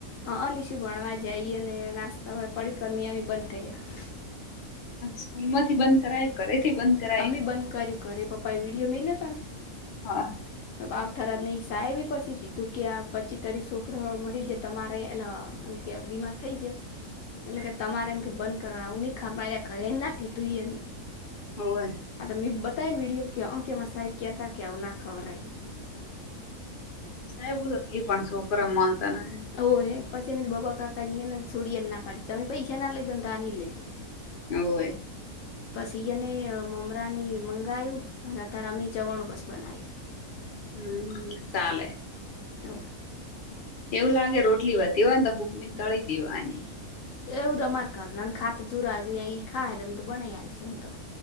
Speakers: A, on the left; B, on the left.
A: હ અનશું ભણવા જઈએ અને નાસ્તા હવે પડીકરમી એ બંધ કર્યા
B: સ્કૂલ માંથી બંધ કરાય ઘે થી બંધ કરાય
A: અમ્ી બંધકાર્યું ઘે પપા એ વિડીિયો મે લેતા ને
B: હા
A: આવ થર નઈ સાહે બી પછી કીધું કે પચી તારી છોકરા મરી જે તમારે એ કે બીમાર થઈ જાય એટલે કે તમારે એમ કે બંધ કરવા આવું નહી ખા ઘરે એ નાખી તુંઈ ન
B: હોય
A: આ તો મ બતાયને વ વિડિયો કે અંકેમાં સાહેબ ક્યા હતા કે્યા ઉના ખબર આ છે.
B: સાહેબ તોલી પણ છોકરા મન તો ન
A: ઓ હે પછી મેમે તો બાબાકા ની ને છોડીને ના પાડીી તમે પૈસા ના લઈ જ ને તો આ ન લઈ જાય.
B: હવે.
A: બસ ઈને મમરાની મંગાયું અને ત રમી ચવણ બસ બનાાયું.
B: હમ્મ ચાલે.
A: તો.
B: એવું લાગે રોટલી વધી હોયને હુકવીને તળી દેવાની.
A: એવું તો અ તમારે ઘર નને ખાતા તો જુરાજ યાં એ ખા તોમ તો બનાઈ હાલશેું હું તો.